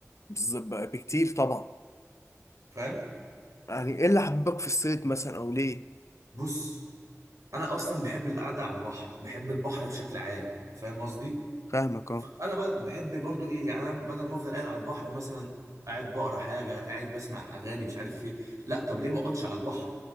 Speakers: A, on the left (about 65°); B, on the right (about 75°).
A: بالظبط بقى بكتير طبعا
B: فاهم
A: يعني ايه اللي حببك في الصيد مثلا او ليه
B: بص انا اصلا بحب القعده على البحر بحب البحر بشكل عام فاهم قصدي
A: فاهمك
B: فانا
A: اه
B: بد- بحب برضو ايه يعني أنا بدل ما افضل قاعد على البحر مثلا قاعد بقرا حاجه قاعد بسمع اغاني مش عارف ايه لا طب ليه ما اقعدش على البحر